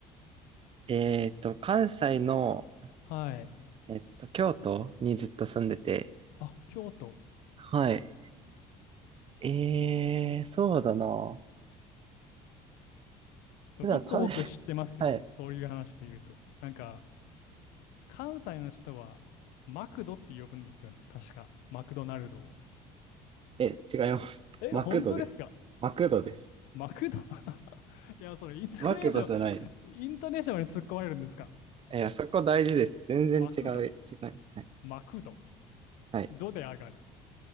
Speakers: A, on the right; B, on the left.
A: えっと、関西の、
B: はい。
A: えっと、京都にずっと住んでて。
B: あ、京都。
A: はい。ええそうだな。
B: でも一個僕知ってますよ。
A: 普段食べて、<laughs> はい。
B: そういう話で言うと。なんか、関西の人はマクドって呼ぶんですよね。確か。マクドナルドを。
A: え、違います。
B: え、
A: マクドです。
B: 本当ですか
A: マクドです。
B: マクド <laughs> いや、それイントネーション、
A: マクドじゃないです。
B: イントネーションまで突っ込まれるんですか
A: いや、そこ大事です。全然違う。
B: マクド、
A: 違う。はい。
B: マクド、
A: はい。
B: ドで上がる。